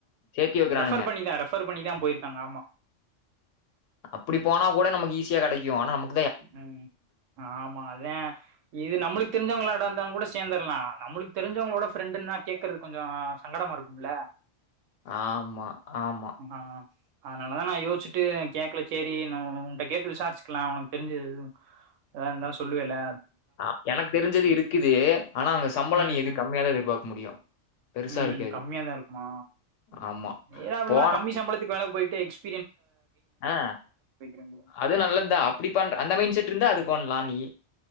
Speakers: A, on the left (about 75°); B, on the right (about 80°).
A: சேத்தி வைக்கிறானுங்க
B: ரெஃபர் பண்ணி தான் ரெஃபர் பண்ணி தான் போயிருக்காங்க ஆமா
A: அப்படி போனா கூட நமக்கு ஈஸியா கிடைக்கு ஆனா நமக்
B: உம் ஆமா அதா இது நம்மளுக்கு தெரிஞ்சவங்களாடா இருந்தா கூட சேந்தரலா நம்மளுக்கு தெரிஞ்சவங்களோட ஃப்ரெண்டுன்னா கேக்குறது கொஞ்சோ சங்கடமா இருக்கும்ல
A: ஆமா ஆமா.
B: ஆஹ் ஆனால தா நா யோசிச்சுட்டு கேட்கல செரி நு உன்கிட்ட கேட்டு விசாரிச்சுக்கலா அவனக்கு தெரிஞ்சுது வேதா இருந்தால சொல்லுவல
A: ஆஹா எனக்கு தெரிஞ்சது இருக்குது ஆனா அங்க சம்பளம்
B: ம்,
A: நீ எது
B: ம்.
A: கம்மியாாதா எதிர்பார்க்க முடியு பெருசா
B: ம்
A: இருக்காது
B: கம்மியா தா இருக்குமா
A: ஆமா
B: ஏன்னா அவ்ளதா
A: போ
B: கம்மி சம்பளத்துக்கு வேலக் போ <inaudible>
A: ஆஹ்
B: வேண்டியதா
A: அது நல்லது தா அப்படி பண்ற அந்த மைண்ட செட் இருந்தா அது போன்லா நீயி